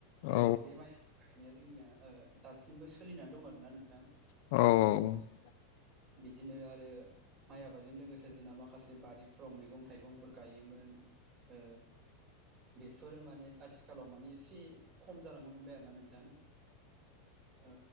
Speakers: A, on the right; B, on the left.
A: नाथाय
B: औ
A: बे माइ आबाद गायनाया जोंनिया ओ दासिमबो सोलिनानै दं आरोना नोंथां।
B: औ औ औ।
A: बिदिनो आरो माइ आबादों लोगोसे जोंना माखासे बारिफ्राव मैगं थाइगंफोर गायोमोन। ओ बेफोरो माने आथिखालाव माने एसे खम जालांनो हमबाय आरो ना नोंथां। ओ